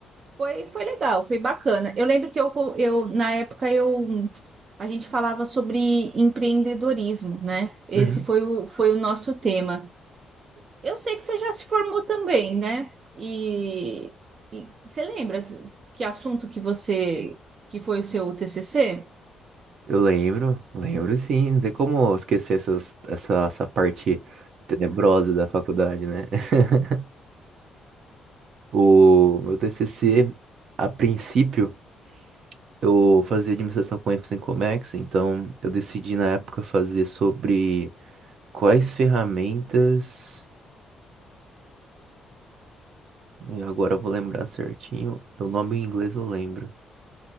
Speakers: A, on the right; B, on the right.
A: foi, foi legal, foi bacana. Eu lembro que eu, eu na época eu a gente falava sobre empreendedorismo, né? Esse
B: uhum.
A: foi o, foi o nosso tema. Eu sei que você já se formou também, né? E, e você lembra que assunto que você que foi o seu TCC?
B: Eu lembro, lembro sim. Não tem como esquecer essas, essa, essa parte tenebrosa da faculdade, né? <laughs> O meu TCC, a princípio, eu fazia administração com ênfase em Comex, então eu decidi na época fazer sobre quais ferramentas. e Agora eu vou lembrar certinho, o nome em inglês eu lembro.